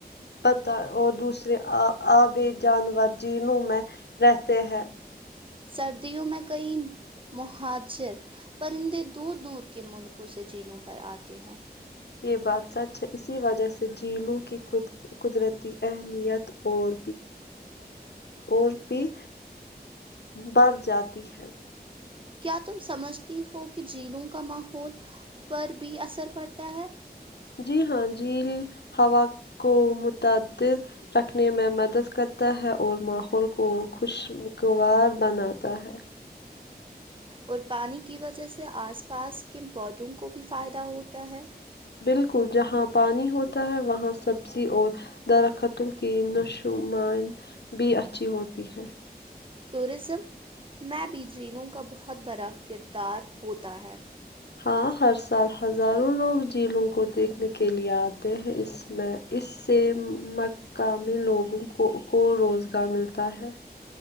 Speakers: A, on the left; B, on the right.
A: پتا اور دوسرے آ آبے جانور جنوں میں رہتے ہیں
B: سردیوں میں کئی مہاجر پرندے دور دور کے ملکوں سے جیلوں پر آتے ہیں
A: یہ بات سچ ہے اسی وجہ سے جینوں کی قدرتی اہمیت اور اور بھی بڑھ جاتی ہے
B: کیا تم سمجھتی ہو کہ جیلوں کا ماحول پر بھی اثر پڑتا ہے
A: جی ہاں جھیل ہوا کو متعدد رکھنے میں مدد کرتا ہے اور ماحول کو خوشگوار بناتا ہے
B: اور پانی کی وجہ سے آس پاس کے پودوں کو بھی فائدہ ہوتا ہے
A: بالکل جہاں پانی ہوتا ہے وہاں سبزی اور درختوں کی نشمن بھی اچھی ہوتی ہے
B: ٹورزم میں بیجینوں کا بہت بڑا کردار ہوتا ہے
A: ہاں ہر سال ہزاروں لوگ جھیلوں کو دیکھنے کے لیئے آتے ہیں اس سے مقامی لوگوں کو روزگار ملتا ہے